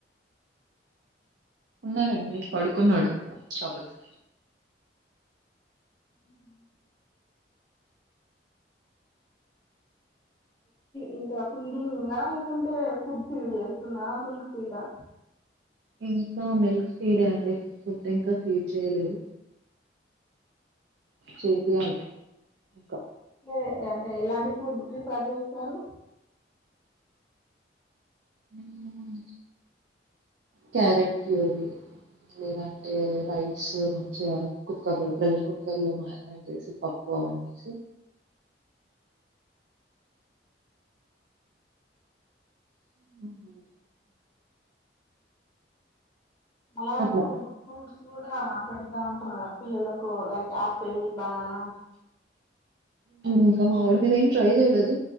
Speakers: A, on the right; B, on the left.
A: ఉన్నారండి పడు కున్నాోడు కాపోతే
B: హ్మ్ ఇంకా ఫీడింగ్ ఉందా లేకుంటే ఫుడ్ ఫీడ్ చేస్తున్నా మిల్క్ ఫీడా
A: ఇంకా మిల్క్ ఫీడే అండి ఫుడ్ ఇంకా ఫీడ్ చేయలేదు చేపియాలి ఇంకా.
B: లే అంటే ఎలాంటి ఫుడ్ ప్రిఫర్ చేస్తారు
A: ఉమ్ క్యారెట్ ప్యూరి లేదంటే రైస్ మంచిగా కుక్కర్ <unintelligible> కుక్కర్ లో మారినట్ చేసి ప పోనీ <unintelligible> హ్మ్
B: చాలా వరకు
A: అట్లా
B: ఫ్రూట్స్ కూడా పెడతా ఉంటారు పిల్లలకు లైక్ ఆపిిల్ బనానా
A: ఇంకా మా ఊడి మీద ఏం ట్రై చేయలేదు